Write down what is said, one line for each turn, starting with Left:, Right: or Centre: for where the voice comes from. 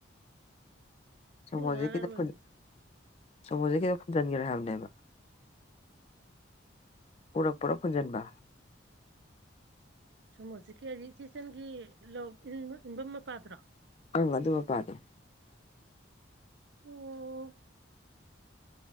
Left: ꯁꯣꯃꯣꯔꯖꯤꯠ
Right: ꯁꯤ ꯉꯥꯜꯂꯔꯣꯏꯗ
Left: ꯀꯤꯗꯣ ꯐꯨꯟ ꯁꯣꯃꯣꯔꯖꯤꯠ ꯀꯤꯗꯣ ꯐꯨꯟꯖꯤꯟꯒ꯭ꯔꯦ ꯍꯥꯏꯕꯅꯦꯕꯥ ꯎꯔꯛꯄꯔꯣ ꯐꯨꯟꯖꯟꯕ
Right: ꯁꯣꯃꯣꯔꯖꯤꯠ ꯀꯤ ꯍꯥꯏꯗꯤ ꯏꯆꯦ ꯏꯆꯟꯒꯤ ꯂꯧ ꯏꯟꯕ ꯏꯟꯕꯝ ꯃꯄꯥꯗꯨꯔꯣ
Left: ꯑꯪ ꯑꯗꯨ ꯃꯄꯥꯗꯣ
Right: ꯑꯣ